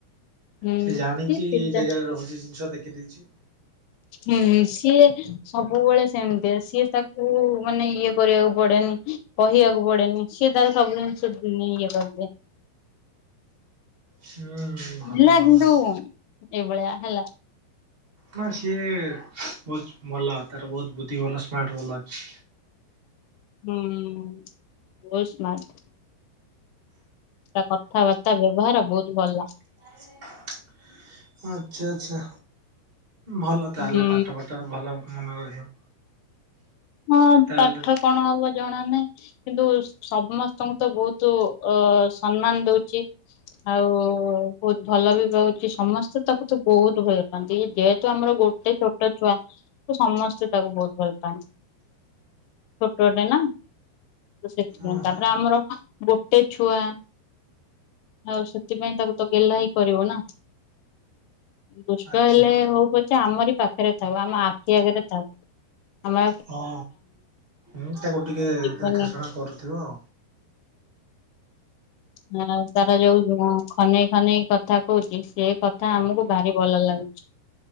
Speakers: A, on the left (about 80°); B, on the right (about 55°).
A: ହୁଁ
B: ସେ ଜାଣିଚି
A: କି ପିଲା
B: ଏଇ ଜାଗାରେ ରହୁଚି ଜିନିଷ ଦେଖି ଦେଇଚି।
A: ଉମ୍ ସିଏ ସବୁବେଳେ ସେମିତିଆ ସିଏ ତାକୁ ମାନେ ଇଏ କରିବାକୁ ପଡ଼େନି କହିବାକୁ ପଡ଼େନି। ସିଏ ତାର ସବୁ ଜିନିଷ ନି ଇଏ କରିଦିଏ।
B: ହୁଁ।
A: ପିଲା
B: ଭଲ ଭଲ।
A: କିନ୍ତୁ ଏଭଳିଆ ହେଲା।
B: ନା ସିଏ ବହୁତ୍ ଭଲ ତାର ବହୁତ୍ ବୁଦ୍ଧି ଭଲ ସ୍ମାର୍ଟ ଭଲ ଅଛି।
A: ହୁଁ ବହୁତ୍ ସ୍ମାର୍ଟ। ତା କଥାବାର୍ତ୍ତା ବ୍ୟବହାର ବହୁତ୍ ଭଲ।
B: <inaudible> ଆଚ୍ଛା ଆଚ୍ଛା ଭଲ ତାହେଲେ
A: ହୁଁ
B: ପାଠ ପଠରେ ଭଲ ମନେ ରହିବ।
A: ହଁ
B: ତାହେଲେ
A: ପାଠ କଣ ହବ ଜଣନାହିଁ କିନ୍ତୁ ସମସ୍ତଙ୍କୁତ ବହୁତ୍ ଅ ସମ୍ମାନ ଦଉଚି। ଆଉ ବହୁତ୍ ଭଲବି ପାଉଚି ସମସ୍ତେ ତାକୁତ ବହୁତ ଭଲ ପାହାନ୍ତି ଇଏ ଯେହେତୁ ଆମର ଗୋ ଏଇ ଛୋଟ ଛୁଆ ତସମସ୍ତେ ତାକୁ ବହୁତ୍ ଭଲ ପାଆନ୍ତି। ଛୋଟଟେନା ସେଥିପାଇଁ
B: ଓହୋ
A: ତାପରେ ଆମର ଗୋଟେ ଛୁଆ। ଆଉ ସେଥିପାଇଁ ତାକୁତ ଗେହ୍ଲାହି କରିବୁନା ଦୁଷ୍ଟ
B: ଆଚ୍ଛା।
A: ହେଲେ ହଉ ପ ସେଆମରି ପାଖରେ ଥାଉ ଆମ ଆଖି ଆଗରେ ଥାଉ ଆମ
B: ହଁ ଉମ୍ ତାକୁ ଟିକେ
A: ଜୀବନ
B: ଦେଖାଶୁଣା କରୁଥିବ।
A: ହଁ ତାର ଯୋଉ ଖନେଇ ଖନେଇ କଥା କହୁଚି ସେକଥା ଆମକୁ ଭାରି ଭଲ ଲାଗୁ